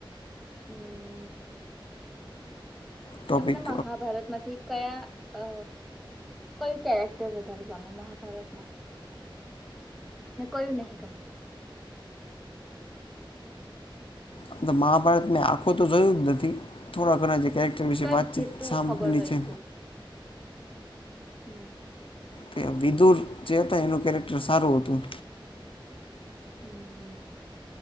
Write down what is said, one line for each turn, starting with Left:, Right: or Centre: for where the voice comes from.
Centre: હમ
Left: ટોપિક
Centre: તમને મહાભારતમાંથી કયાં અ કયું કેરેક્ટર વધારે ગમે મહાભારતમાં ને કોયું નહીં ગમતું.
Left: આમ તો મહાભારત મેં આખું તો જોયું જ નથી થોડા ઘણા જે કેરેક્ટર વિશે
Centre: તો
Left: વાતચીત
Centre: જેટલું
Left: સાંભળી
Centre: ખબર હોય
Left: છે.
Centre: એટલું હમ
Left: તે વિદુર જે હતા એનું કેરેક્ટર સારું હતું.
Centre: હમ